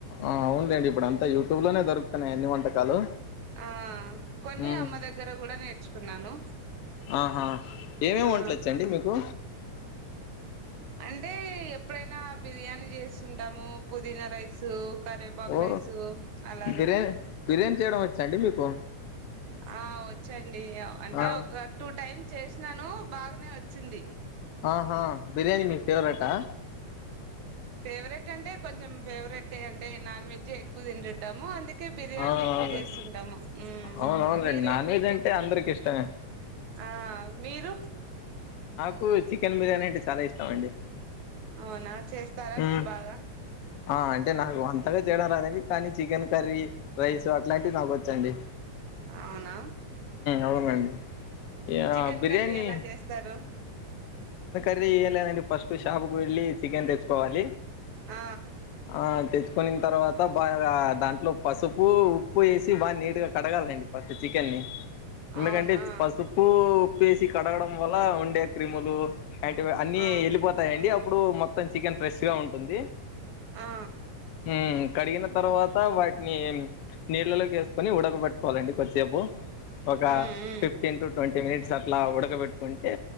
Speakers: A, on the left (about 70°); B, on the right (about 70°).
A: ఆ అవునులేండి ఇప్పుడు అంతా యూ టూలోనే దొరుకుతున్నాయి అన్ని వంటకాలు
B: ఆ కొన్ని
A: ఉమ్
B: అమ్మ దగ్గర కూడా నేర్చుకున్నాను
A: ఆహా ఏమేమి
B: ఆ అన్
A: వంటలు వచ్చండి మీకు
B: అంటే ఎప్పుడైనా బిర్యానీ చేస్తుంటాము పుదీనా రైసు కరవేపాక్
A: ఓ
B: రైసు అలాగా
A: బిర్యానీ బిర్యానీ చేయడం వచ్చాండి మీకు
B: ఆ వచు అం డి అంటే
A: ఆ
B: ఒక టూ టైమ్ చేసినాను బాగనే వచ్చింది
A: ఆహా బిర్యానీ మీ ఫేవరెట్ ఆ
B: ఫేవరెట్ అంటే కొంచెం ఫేవరెట్టే అంటే నాన్ వెజ్జే ఎక్కువ తింటుంటము అందుక కే బిర్యానీ
A: అవునవును
B: ఎక్కువ చేస్తుంటాము మ్
A: అవునవునులేండి
B: మీరే
A: నాన్ వెజ్ అంటే అందరికి ఇష్టమే
B: ఆ మీరు
A: కు చికెన్ బిర్యానీ అంటే చాలా ఇష్టం అండి
B: అవునా చేస్తారా
A: హ్మ్.
B: మీరు బాగా
A: ఆ అంటే నాకు అంతగా చెయ్యడం రాదండి కానీ చికెన్ కర్రీ రైసు అట్లాంటివి నాకు వచ్చండి
B: అవునా
A: అవునండి యాహ్!
B: చికెన్
A: బిర్యానీ
B: కర్రీ ఎలా చేస్తారు
A: అది ఏం లేదండి ఫస్ట్ షాపు కు వెళ్లి చికెన్ తెచ్చుకోవాలి
B: ఆ
A: ఆ తెచ్చుకొనిన తరవాత బా దాంట్లో పసుపు ఉప్పు ఏసి బా నీట్గా కడగాలండి ఫస్ట్ చికెన్ని ఎందుకంటే
B: అవునా
A: పసుపు ప్పేసి కడగడం వల్ల ఉండే క్రిములు యాంటివి అన్నీ
B: ఆ
A: ఎళ్ళిపోతాయండి ప్పుడు మొత్తం చికెన్ ఫ్రెష్ గా ఉంటుంది
B: ఆ
A: మ్ కడిగిన తర్వాత వాటి ట్ని నీళ్ళలోకేసుకొని ఉడకబట్టుకోవాలండి కొద్దిసేపు ఒక
B: ఉమ్ ఉమ్
A: ఫిఫ్టీన్ టు ట్వంటీ మినిట్స్ లా ఉడకబెట్టుకుంటే